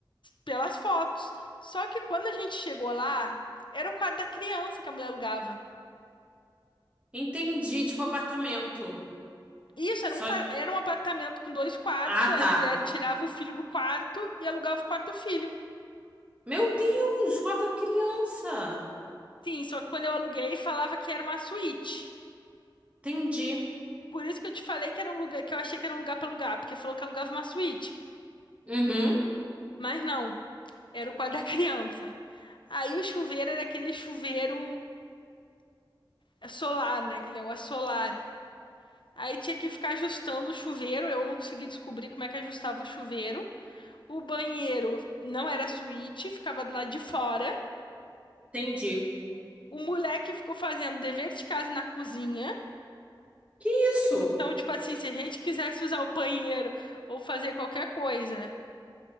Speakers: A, on the left (about 70°); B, on the right (about 15°).
A: pelas fotos. Só que quando a gente chegou lá, era o quarto da criança que a mulher alugava.
B: Entendi, tipo apartamento.
A: Isso,
B: Só.
A: era um, pa- era um apartamento com dois quartos,
B: Ah,
A: aí
B: tá.
A: a mulher tirava o filho do quarto e alugava o quarto do filho.
B: Meu Deus, quarta criança.
A: Sim, só que quando eu aluguei, falava que era uma suíte.
B: Entendi.
A: Por isso que eu te falei que era um lugar, que eu achei que era um lugar pra alugar, porque falou que alugava uma suíte.
B: Uhum,
A: Mas não, era o quarto da <laughs> criança. Aí o chuveiro era aquele chuveiro É solar, né? Aquele negócio solar. Aí tinha que ficar ajustando o chuveiro. Eu não consegui descobrir como é que ajustava o chuveiro. O banheiro não era suíte, ficava do lado de fora.
B: entendi.
A: O moleque ficou fazendo dever de casa na cozinha.
B: Que isso?
A: Então, tipo assim, se a gente quisesse usar o banheiro ou fazer qualquer coisa,